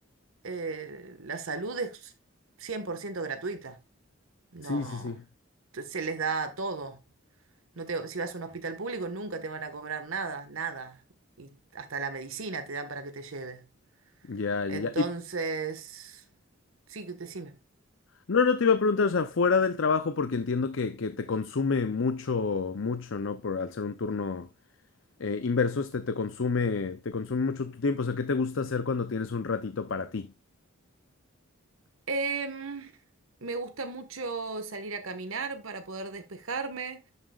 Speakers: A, on the right (about 80°); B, on the left (about 65°).
A: eh, la salud es 100% gratuita. No,
B: Sí, sí, sí.
A: te- se les da todo. No te, si vas a un hospital público, nunca te van a cobrar nada, nada. Y hasta la medicina te dan para que te lleves.
B: Ya,
A: Entonces,
B: ya, ya. Y
A: sí, decime.
B: no, no te iba a preguntar, o sea, fuera del trabajo, porque entiendo que, que te consume mucho, mucho, ¿no? Por al ser un turno. eh, inversos te, te consume, te consume mucho tu tiempo. O sea, ¿qué te gusta hacer cuando tienes un ratito para ti?
A: Em, me gusta mucho salir a caminar para poder despejarme.